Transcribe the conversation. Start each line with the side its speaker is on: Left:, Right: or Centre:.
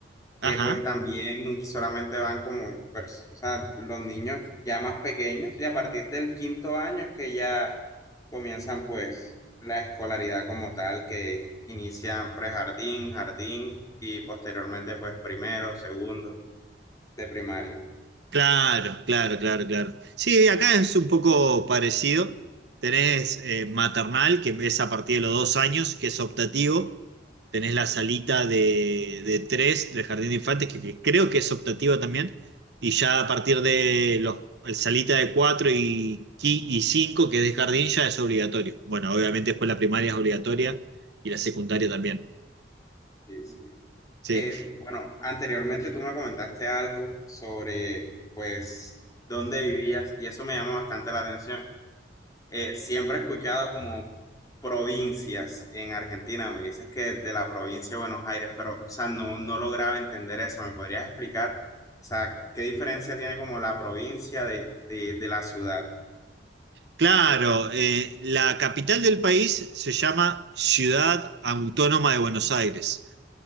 Left: que
Right: Ajá.
Left: pues también solamente van como, pers- o sea, los niños ya más pequeños y a partir del quinto año es que ya comienzan pues la escolaridad como tal, que inician prejardín, jardín y posteriormente pues primero, segundo de primaria.
Right: Claro, claro, claro, claro. Sí, acá es un poco parecido. Tenés eh, maternal, que es a partir de los dos años, que es optativo. Tenés la salita de, de tres del jardín de infantes, que, que creo que es optativo también. Y ya a partir de los el salita de cuatro y, qui- y cinco, que es de jardín, ya es obligatorio. Bueno, obviamente después la primaria es obligatoria y la secundaria también.
Left: Sí, sí.
Right: Sí.
Left: Eh, bueno, anteriormente tú me comentaste algo sobre pues dónde vivías y eso me llama bastante la atención. Eh, siempre he escuchado como provincias en Argentina, me dices que de la provincia de Buenos Aires, pero o sea, no, no lograba entender eso. ¿Me podrías explicar, o sea, qué diferencia tiene como la provincia de, de, de la ciudad?
Right: Claro, eh, la capital del país se llama Ciudad Autónoma de Buenos Aires.